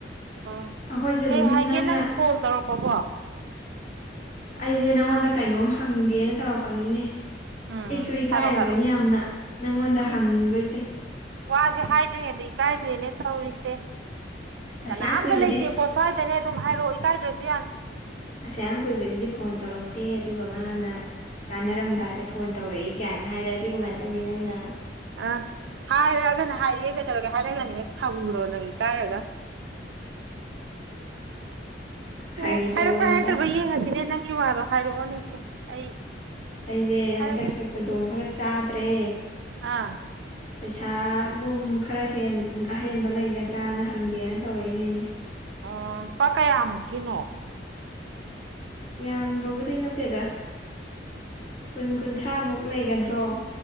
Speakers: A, on the right (about 75°); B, on the left (about 45°).
A: ꯎꯝ
B: ꯑꯩꯈꯣꯏꯁꯨ
A: ꯀꯩ
B: ꯑꯗꯨꯝ
A: ꯍꯥꯏꯒꯦ
B: ꯅꯪꯅ
A: ꯅꯪ ꯀꯣꯜ ꯇꯧꯔꯛꯄꯀꯣ
B: ꯑꯩꯁꯦ ꯅꯪꯉꯣꯟꯗ ꯀꯩꯅꯣꯝ ꯍꯪꯒꯦꯅ ꯇꯧꯔꯛꯄꯅꯤꯅꯦ
A: ꯎꯝ
B: ꯏꯁꯨ ꯏꯀꯥꯏꯔꯕꯅꯤ
A: ꯍꯥꯏꯔꯣ ꯍꯥꯏꯔꯣ
B: ꯌꯥꯝꯅ ꯅꯪꯉꯣꯟꯗ
A: ꯏꯁ
B: ꯍꯪꯗꯣꯏꯁꯦ
A: ꯋꯥꯁꯦ ꯍꯥꯏꯗ꯭ꯔꯤꯉꯩꯗ ꯏꯀꯥꯏꯈ꯭ꯔꯦꯅꯦ ꯊꯧꯔꯤꯁꯦ
B: ꯑꯁꯌꯥꯝ
A: ꯀꯅꯥꯝꯒ
B: ꯀꯨꯏꯕꯗꯤ
A: ꯂꯩꯇꯦꯀꯣ ꯁ꯭ꯋꯥꯏꯗꯅꯦ ꯑꯗꯨꯝ ꯍꯥꯏꯔꯛꯑꯣ ꯏꯀꯥꯏꯗ꯭ꯔꯁꯨ ꯌꯥꯅꯤ
B: ꯑꯁꯌꯥꯝ ꯀꯨꯏꯕꯗꯨꯗꯤ ꯐꯣꯟ ꯇꯧꯔꯛꯇꯦ ꯑꯗꯨꯒ ꯃꯥꯅ ꯀꯥꯟꯅꯔꯝꯗꯥꯏꯗ ꯐꯣꯟ ꯇꯧꯔꯛꯏ ꯀꯥꯏꯅ ꯍꯥꯏꯔꯛꯑꯗꯤ ꯀꯃꯥꯏꯅ ꯇꯧꯅꯤ ꯅꯪꯅ
A: ꯑ ꯍꯥꯏꯔꯑꯒꯅ ꯍꯥꯏꯔꯛꯑꯦ ꯀꯩꯗꯧꯔꯒꯦ ꯍꯥꯏꯔꯒꯅ ꯍꯦꯛ ꯊꯝꯈ꯭ꯔꯣ ꯅꯪꯒꯤ ꯀꯥꯏ ꯔꯒ
B: ꯐꯥꯒꯤ
A: ꯎꯝ ꯍꯥꯏꯔꯛꯄꯔꯥ
B: ꯇꯧꯕꯅꯤꯗ
A: ꯍꯥꯏꯔꯛꯇꯕꯔꯥ ꯌꯦꯡꯉꯁꯤꯅꯦ ꯅꯪꯒꯤ ꯋꯥꯗꯣ ꯍꯥꯏꯔꯛꯑꯣꯅꯦꯁꯦ ꯑꯩ
B: ꯑꯩꯖꯦ
A: ꯍꯥꯏꯔꯛ
B: ꯍꯟꯗꯛꯁꯦ ꯈꯨꯗꯣꯡ ꯈꯔ ꯆꯥꯗ꯭ꯔꯦ
A: ꯑꯥ
B: ꯄꯩꯁꯥꯒꯨꯝ ꯈꯔ ꯍꯦꯟ ꯑꯍꯦꯟꯕ ꯂꯩꯒꯗ꯭ꯔꯥꯅ ꯍꯪꯒꯦꯅ ꯇꯧꯔꯛꯏꯅꯤꯅꯦ
A: ꯑꯣ ꯂꯨꯄꯥ ꯀꯌꯥꯃꯨꯛꯀꯤꯅꯣ
B: ꯌꯥꯝꯕꯕꯨꯗꯤ ꯅꯠꯇꯦꯗ ꯀꯨꯟ ꯀꯨꯟꯊ꯭ꯔꯥꯃꯨꯛ ꯂꯩꯒꯗ꯭ꯔꯣ